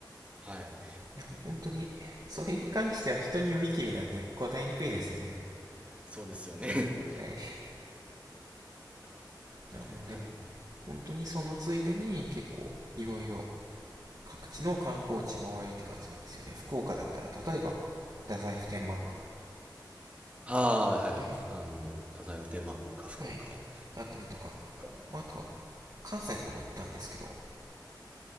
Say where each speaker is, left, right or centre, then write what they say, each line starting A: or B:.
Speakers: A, on the right; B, on the right.
A: はい。
B: いやもう本当に、それに関しては人によりきりなんで答えにくいですよね。
A: そうですよね。
B: はい。
A: <laughs> なる
B: いやもうでも、
A: ほど
B: 本当にそのついでに結構いろいろ各地の観光地回るって感じなんですよね。福岡だったら例えば、太宰府天満宮。は
A: はい、はいはいはい。
B: い。
A: あの、太宰府天満宮か、福岡は。
B: はい。だったりとか、
A: か
B: まああとは、関西とかも行ったんですけど、